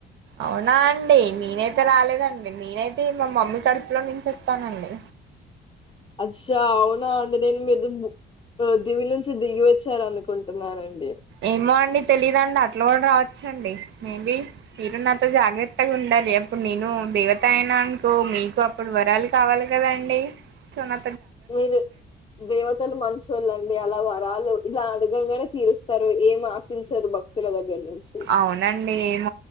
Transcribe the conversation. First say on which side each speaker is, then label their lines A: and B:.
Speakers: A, on the right; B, on the left.
A: అవునా అండి నేనైతే రాలేదండి నేనైతే మా మమ్మీ కడుపులో నుంచి వస్తానండి
B: అచ్చా అవునా అంటడి నేను మీద దివి నుంచి దిగి వచ్చార అనుకుంటున్ననడి
A: ఏమో అండి తెలీయదుండి అట్లా కూడా రావచ్చు నచ్చండి మేబీ మీరు నాతో జాగ్రత్తగా ఉండాలి అప్పుడు నేను దేవతా అయనానుకో మీకు అప్పుడు వరాలు కావాలి కదండి సో నా
B: మీరు దేవతలు మనుషుళ్ళండి అలా వరాలు ఇలా అడగంగానే తీరుస్తారు ఏం ఆశించరు భక్తుల దగ్గర నుంచి
A: అవునండి ఏం